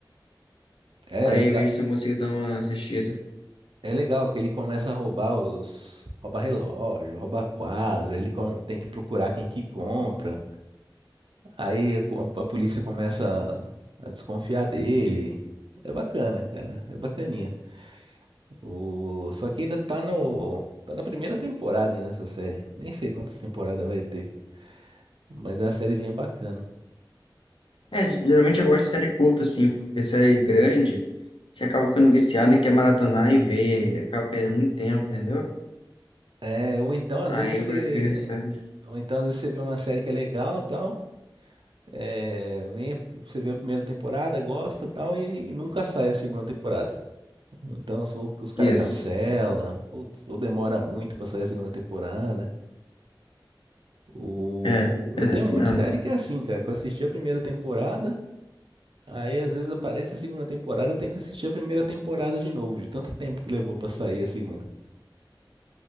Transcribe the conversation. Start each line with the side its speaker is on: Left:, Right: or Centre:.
Right: É
Left: Aí
Right: legal,
Left: eu vejo se eu consigo dar uma assistida.
Right: é legal que ele começa a roubar os. Rouba relógio, rouba quadro, ele com- tem que procurar quem que compra. Aí a, co- a polícia começa a desconfiar dele. É bacana, cara. É bacaninha. O... Só que ainda tá no. Tá na primeira temporada ainda essa série. Nem sei quantas temporadas vai ter. Mas é uma sériezinha bacana.
Left: É, geralmente eu gosto de série curta, assim, porque série grande, você acaba ficando viciado e quer maratonar e ver, e acaba perdendo muito tempo, entendeu?
Right: É, ou então às
Left: Aí
Right: vezes você.
Left: eu prefiro série.
Right: Ou então às vezes você vê uma série que é legal, tal. É, vem, você vê a primeira temporada, gosta e tal, e, e nunca sai a segunda temporada. Então, sou que os caras
Left: Isso.
Right: cancela, putz, ou demora muito pra sair a segunda temporada. O...
Left: É,
Right: Eu
Left: é
Right: tenho
Left: assim
Right: um monte
Left: mesmo.
Right: de série que é assim, cara, que eu assisti a primeira temporada, aí às vezes aparece a segunda temporada, eu tenho que assistir a primeira temporada de novo, de tanto tempo que levou pra sair a segunda.